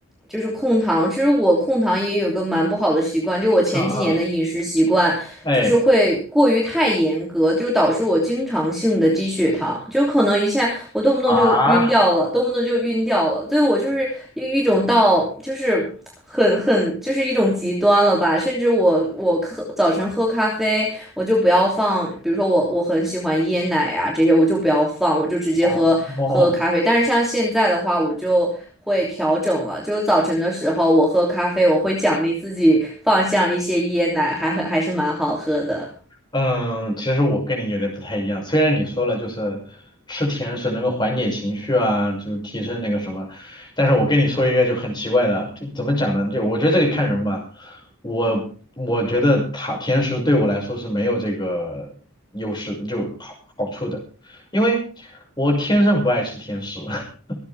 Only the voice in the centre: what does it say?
就是控糖，其实我控糖也有个蛮不好的习惯，就我前几年的饮食习惯。
就是会过于太严格，就导致我经常性的低血糖，就可能一下我动不动就晕掉了，
动不动就晕掉了，所以我就是一一种到就是很很就是一种极端了吧，甚至我我喝早晨喝咖啡，我就不要放，比如说我我很喜欢椰奶啊这些，我就不要放，我就直接喝喝咖啡，
但是像现在的话，我就。会调整了。就早晨的时候，我喝咖啡，我会奖励自己放上一些椰奶，还很还是蛮好喝的。